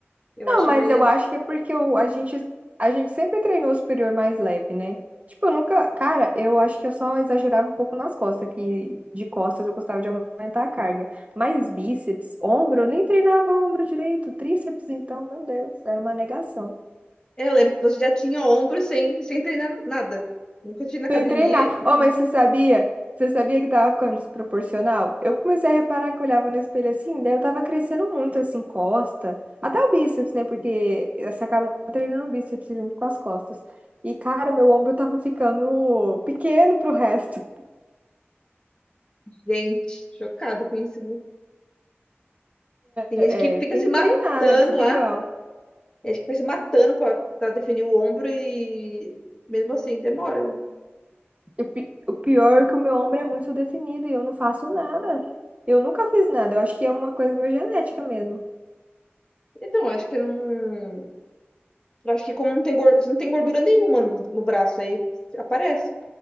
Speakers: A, on the left (about 20°); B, on the right (about 35°).
A: eu
B: Não,
A: acho
B: mas
A: meio,
B: eu acho que é porque o- a gente, a gente sempre treinou o superior mais leve, né? Tipo, eu nunca. Cara, eu acho que eu só exagerava um pouco nas costas, que de costas eu gostava de aumentar a carga. Mas bíceps, ombro, eu nem treinava ombro direito. Tríceps, então, meu Deus, era uma negação.
A: é, eu lembro que você já tinha ombro sem, sem treinar nada. Nunca tinha na academia
B: Sem treinar.
A: e tinha
B: Oh,
A: ombro.
B: mas você sabia? Você sabia que tava ficando desproporcional? Eu comecei a reparar que eu olhava no espelho assim, daí eu tava crescendo muito, assim, costa. Até o bíceps, né? Porque você acaba treinando o bíceps junto com as costas. E, cara, meu ombro tava ficando pequeno pro resto.
A: Gente, chocada com isso. viu? Tem
B: É,
A: gente que fica
B: é, tem
A: se
B: que
A: matando
B: treinar, né? Tudo
A: lá,
B: igual.
A: tem gente que fica se matando pra, pra definir o ombro e mesmo assim demora.
B: E O, pi- o pior é que o meu ombro é muito definido e eu não faço nada. Eu nunca fiz nada. Eu acho que é uma coisa meio genética mesmo.
A: Então, acho que não. Acho que como não tem, gor- não tem gordura nenhuma no, no braço, aí aparece.